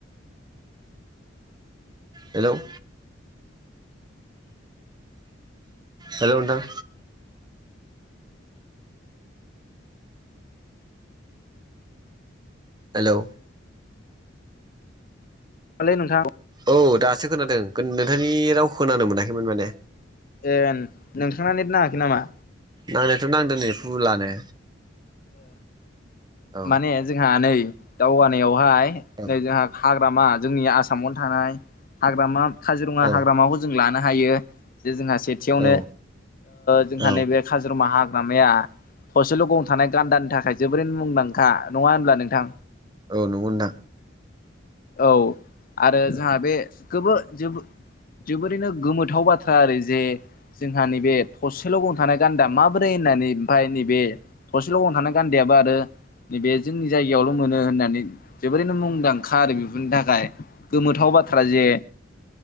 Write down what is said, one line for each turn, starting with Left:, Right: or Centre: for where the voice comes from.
Right: हेल'! हेलौ नोंथां। हेलौ।
Left: औलै नोंथां।
Right: औ दासो खोनादों। नोंथांनि राव खोनानो मोनाखैमोन माने
Left: ए नोंथाङा नेट नाङाखै नामा?
Right: नांनायाथ' नांदों नै फुलानो। औ
Left: माने जोंहा नै दावगानायावहाय
Right: औ
Left: नै जोंहा हाग्रामा जोंनि आसामावनो थानाय हाग्रामा काजिरङा
Right: औ
Left: हाग्रामाखौ जों जों लानो हायो। जे जोंहा सेथियावनो
Right: औ
Left: जोंहा
Right: औ
Left: नैबे काजिरङा हाग्रामाया थसेल' गं थानाय गान्दानि थाखाय जोबोरैनो मुंदांखा नङा होनब्ला नोंथां।
Right: औ नंगौ नोंथां।
Left: औ आरो
Right: औ
Left: जोंहा बे जोबो-जोबोर जोबोरैनो गोमोथाव बाथ्रा आरो जे जोंहा नैबे थसेल' गं थानाय गान्दा माबोरै होननानै ओमफ्राय नैबे थरसेल' गं थानाय गान्दायाबो आरो नैबे जोंनि जायगायावल' मोनो होननानै जोबोरैनो मुंदां खा आरो बेफोरनि थाखाय गोमोथाव बाथ्रा जे